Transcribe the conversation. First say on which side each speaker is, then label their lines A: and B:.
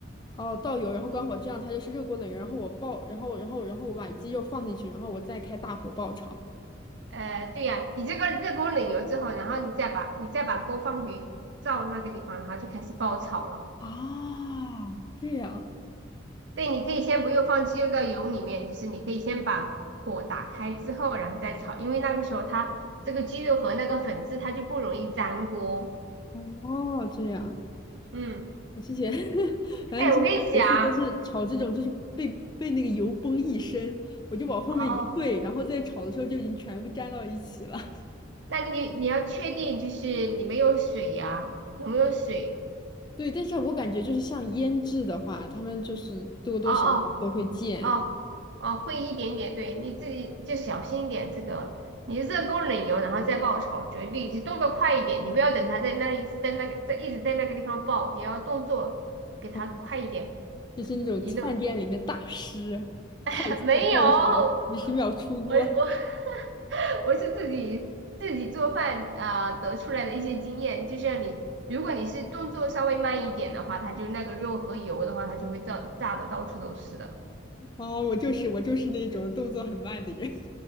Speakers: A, on the left; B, on the right.
A: 哦，倒油，然后关火，这样它就是热锅冷油，然后我爆，然后然后然后我把鸡肉放进去，然后我再开大火爆炒。
B: 呃，对呀、你这个热锅冷油之后，然后你再把你再把锅放回灶那个地方，然后就开始爆炒了。
A: 啊，这样，
B: 对，你可以先不用放鸡肉到油里面，就是你可以先把火打开之后，然后再炒，因为那个时候它这个鸡肉和那个粉质它就不容易粘锅。
A: 哦，这样。
B: 嗯，
A: 我之前 <laughs> 反正之前每次都是炒这种，
B: 哎，我跟你讲，
A: 就是被被那个油崩一身，我就往后面一退，
B: 哦，
A: 然后再炒的时候就已经全部粘到一起了。<laughs>
B: 那你你要确定就是你没有水呀、有没有水？
A: 对，但是我感觉就是像腌制的话，他们就是多多少少都会溅，
B: 哦哦哦哦，会一点点，对，你自己就小心一点。这个你热锅冷油，然后再爆炒，绝对就动作快一点，你不要等它在那里一直在那个在一直在那个地方爆，你要动作给它快一点。
A: 嗯，就是那种饭店里面大师快速爆炒，
B: 移动 <laughs> 没有，我
A: 几十秒出锅。
B: 我 <laughs> 我是自己自己做饭啊、得出来的一些经验，就像你，如果你是动作稍微慢一点的话，它就那个肉和油的话，它就会炸炸的到处都是的。
A: <laughs> 哦，我就是我就是那种动作很慢的人。